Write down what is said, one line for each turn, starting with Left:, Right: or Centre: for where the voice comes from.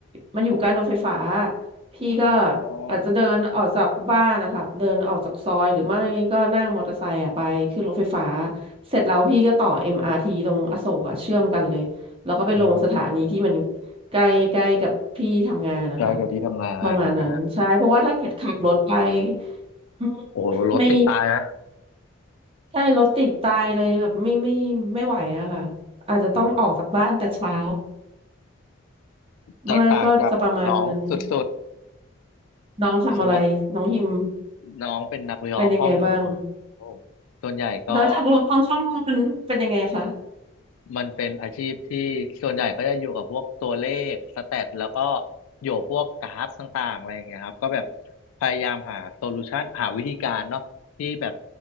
Right: มันอยู่ใกล้รถไฟฟ้าพี่ก็
Left: อ่า
Right: อาจจะเดินออกจากบ้านนะคะเดินออกจากซอยหรือไม่ก็นั่งมอเตอร์ไซค์อะไปขึ้นรถไฟฟ้าเสร็จแล้วพี่ก็ต่อเอ็มอาร์ทีตรงอโศกอะเชื่อมกันเลยแล้วก็ไปลงสถานีที่มัน
Left: อืม
Right: ใกล้ใกล้กับที่ทำงานนะคะ
Left: ใกล้กับที่ทำงานนะ
Right: ประมาณนั้นใช่เพราะว่าถ้าเกิดขับรถไป อืม
Left: โอ้โหรถติดตายนะ
Right: ไม่ใช่รถติดตายเลยแบบไม่ไม่ไม่ไหวอะค่ะอาจจะต้องออกจากบ้านแต่เช้า
Left: อืมแตกต่างจากน้องสุด
Right: ม่นก็จะประมาณนั้นน้องทำอะไรน้องฮิม
Left: ๆสำหรับน้องเป็นนักวิเคราะห์ข้อมูลโอ้
Right: เป็นยังไงบ้าง
Left: ส่วนใหญ่ก็
Right: แล้วทางลงข้างๆมันเป็นยังไงคะ
Left: มันเป็นอาชีพที่ส่วนใหญ่ก็จะอยู่กับพวกตัวเลขสแตทแล้วก็อยู่พวกกราฟต่างๆอะไรอย่างเงี้ยครับก็แบบพยายามหาโซลูชันหาวิธีการเนาะที่แบบ